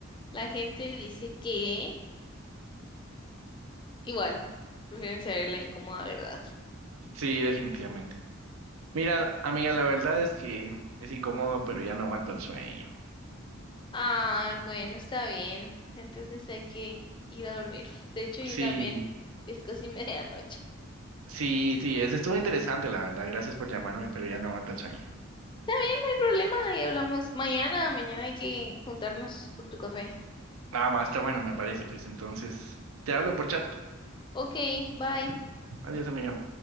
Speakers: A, on the left; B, on the right.
A: La gente dice que igual, prefieren saber la incómoda verdad.
B: Sí, definitivamente. Mira, amiga, la verdad es que es incómodo, pero ya no aguanto el sueño.
A: Ay, bueno, está bien. Entonces hay que ir a dormir. De hecho, yo
B: Sí,
A: también. Es casi <laughs> medianoche.
B: sí, sí, es, estuvo interesante, la verdad. Gracias por llamarme, pero ya no aguanto el sueño.
A: No hay problema, ahí hablamos mañana. Mañana hay que juntarnos por tu café.
B: Nada más, está bueno, me parece, pues. Entonces, te hablo por chat.
A: Ok, bye.
B: Adiós, amiga.